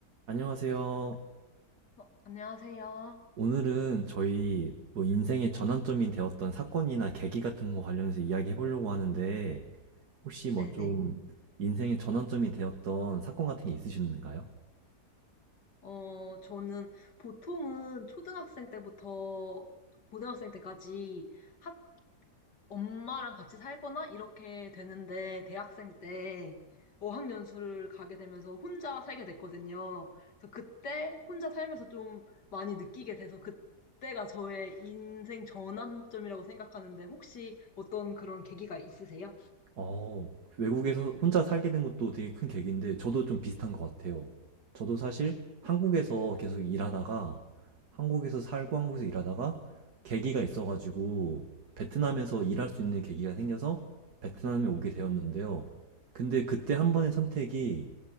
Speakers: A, on the right; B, on the left.
A: 안녕하세요.
B: 어, 안녕하세요.
A: 오늘은 저희 뭐 인생의 전환점이 되었던 사건이나 계기 같은 거 관련해서 이야기해 보려고 하는데, 혹시 뭐
B: 네네.
A: 좀 인생의 전환점이 되었던 사건 같은 게 있으신가요?
B: 어, 저는 보통은 초등학생 때부터 고등학생 때까지 학, 엄마랑 같이 살거나 이렇게 되는데 대학생 때 어학연수를 가게 되면서 혼자 살게 됐거든요. 그래서 그때 혼자 살면서 좀 많이 느끼게 돼서 그때가 저의 인생 전환점이라고 생각하는데 혹시 어떤 그런 계기가 있으세요?
A: 어, 외국에서 혼자 살게 된 것도 되게 큰 계기인데, 저도 좀 비슷한 것 같아요. 저도 사실 한국에서 계속 일하다가, 한국에서 살고 한국에서 일하다가, 계기가 있어가지고, 베트남에서 일할 수 있는 계기가 생겨서 베트남에 오게
B: 음,
A: 되었는데요. 근데 그때 한 번의 선택이